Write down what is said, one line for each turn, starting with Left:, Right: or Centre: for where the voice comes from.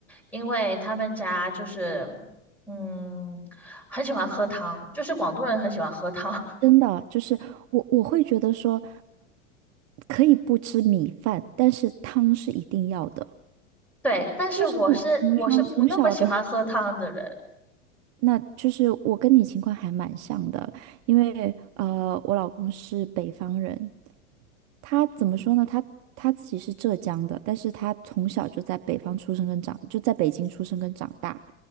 Centre: 因为他们家就是嗯，很喜欢喝汤，就是广东人很喜欢喝汤。
Right: 真的就是我我会觉得说可以不吃米饭，但是汤是一定要的，
Centre: 对，但是我是我是不那么喜欢喝汤的人。
Right: 就是怎么说从小的。那就是我跟你情况还蛮像的，因为呃，我老公是北方人，他怎么说呢？他他自己是浙江的，但是他从小就在北方出生跟长，就在北京出生跟长大。